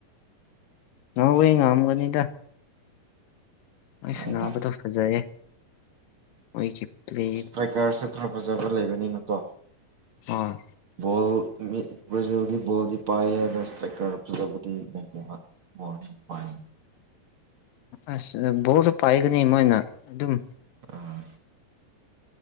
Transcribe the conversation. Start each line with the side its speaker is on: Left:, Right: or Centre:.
Left: ꯅꯣꯔꯋꯦ ꯉꯝꯒꯅꯤꯗ ꯃꯣꯏ ꯁꯥꯟꯕꯗꯨ
Right: ꯑꯩꯗ
Left: ꯐꯖꯩꯌꯦ ꯑꯣꯏꯖꯤꯞ <unintelligible>
Right: ꯏꯁꯇ꯭ꯔꯥꯏꯀꯔꯁꯨ ꯈꯔ ꯐꯖꯕ ꯂꯩꯕꯅꯤꯅꯀꯣ
Left: ꯑꯥ
Right: ꯕꯣꯜ ꯕ꯭ꯔꯥꯖꯤꯜꯗꯤ ꯕꯣꯜꯗꯤ ꯄꯥꯏꯌꯦ ꯑꯗꯨ ꯏꯁꯇꯥꯏꯀ꯭ꯔ ꯐꯖꯕꯗꯤ ꯂꯩꯇꯦꯕ ꯕꯣꯜꯗꯤ ꯄꯥꯏ
Left: ꯑꯁ ꯑꯥ ꯕꯣꯜꯁꯨ ꯄꯥꯏꯒꯅꯤ ꯃꯣꯏꯅ ꯑꯗꯨꯝ
Right: ꯑꯥ